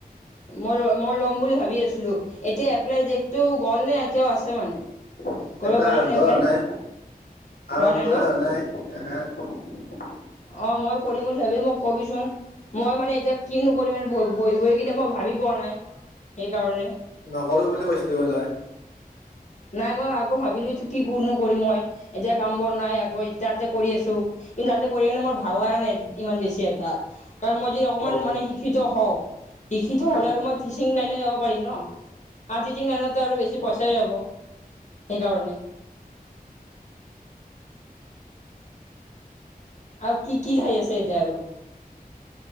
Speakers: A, on the left; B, on the left.
A: মই ল, মই ল'ম বুলি ভাবি আছিলোঁ। এতিয়া এপ্লাই দেটটো গ'ল নে এতিয়াও আছে মানে?
B: এটা
A: কৰিব
B: আৰম্ভই
A: পাৰিম নে এপ্লাই
B: হোৱা নাই,
A: হোৱা
B: আৰম্ভই
A: নাই ন
B: হয় নাই।
A: অ' মই কৰিম বুলি ভাবিছোঁ, মোক কবিচোন। মই মানে এতিয়া কিনো কৰিম আৰু, বহি-বহি কিনে মই ভাবি পোৱা নাই, সেইকাৰণে।
B: নকৰো বুলি কৈছিলি মই তই
A: নাই মই আকৌ ভাবিলো কিনো কৰিম মই, এতিয়া কাম বন নাই আকৌ, তাতে কৰি আছো। কিন্তু তাতে কৰি কেনে মই ভাল লগা নাই, ইমান বেছি এটা। কাৰণ মই যদি অকমান
B: অ
A: মানে শিক্ষিত হওঁ শিক্ষিত
B: উম
A: হ'লে আৰু মই টিচিং লাইনত যাব পাৰি ন। আৰু টিচিং লাইনটো আৰু বে বেছি পইচাই হ'ব, সেইকাৰণে। আৰু কি কি ঠাই আছে এতিয়া আৰু?